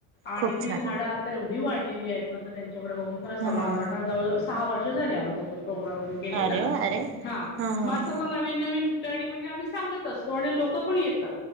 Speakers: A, on the left; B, on the right.
A: आणि
B: खूप
A: ती
B: छान
A: झाडं आता एवढी वाढलेली आहेत ना तर त्याच्याकडे बघून खरं समाधन
B: हा हा.
A: वाटत जवळवळ सहा वर्ष झाली आमच्या तो प्रोग्रॅम केलेलाहा
B: अरे वा अरे वा हा हा
A: म
B: हा.
A: नवीन नवीन ठिकाणी म्हणजे आम्ही सांगत असतो आणि लोक पण येतात